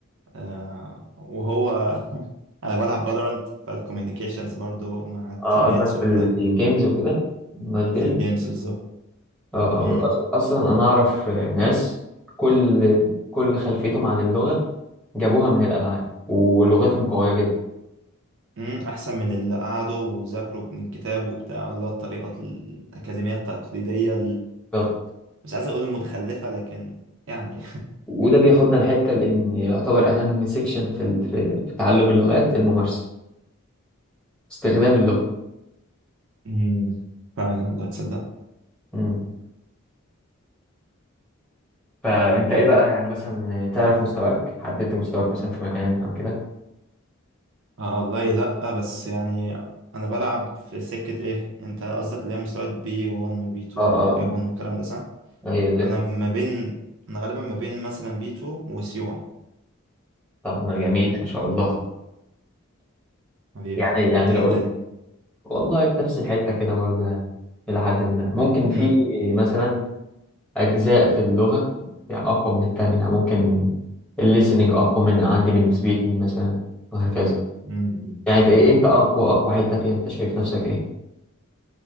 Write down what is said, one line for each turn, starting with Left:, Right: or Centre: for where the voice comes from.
Right: آه وهو <laughs> انا بلعب فالورانت فالكوميونيكيشنز برضو مع التيميتس
Centre: آه، قصدك
Right: وكده
Centre: في الجيمز وكده اونلاين
Right: في الجيمز بالظبط
Centre: آه،
Right: امم
Centre: وأص- اصلا انا اعرف ناس كل كل خلفيتهم عن اللغه جابوها من الالعاب ولغتهم قويه جدا
Right: امم احسن من اللي قعدوا وذاكروا من كتاب وبتاع اللي هو الطريقه الاكاديميه التقليديه
Centre: طب
Right: مش عايز اقول متخلفة لكن يعني
Centre: وده بياخدنا لحته لان يعتبر اهم سيكشن في ال- في في تعلم اللغات الممارسه استخدام اللغه
Right: <laughs> مم. فعلا والله تصدق
Centre: مم. فانت ايه بقى يعني مثلا تعرف مستواك حددت مستواك مثلا في مكان او كده
Right: آه والله لا بس يعني انا بلعب في سكة ايه انت قصدك اللي هي مستويات بي 1 وبي 2
Centre: اه اه
Right: واي 1 والكلام ده صح
Centre: اه اي اللي
Right: انا ما بين انا غالبا ما بين مثلا بي 2 وسي 1
Centre: طب ما جميل ما شاء الله
Right: حبيبي
Centre: يعني يعني
Right: انت
Centre: لو
Right: ايه الدنيا
Centre: قلت والله في نفس الحته كده برضه يعني الى حد ما ممكن في
Right: امم
Centre: مثلا أجزاء في اللغة يعني أقوى من التانية يعني ممكن الليسننج أقوى من عندي من السبيكنج مثلا وهكذا
Right: مم.
Centre: يعني أنت إيه أنت أقوى أقوى حتة فيها أنت شايف نفسك إيه؟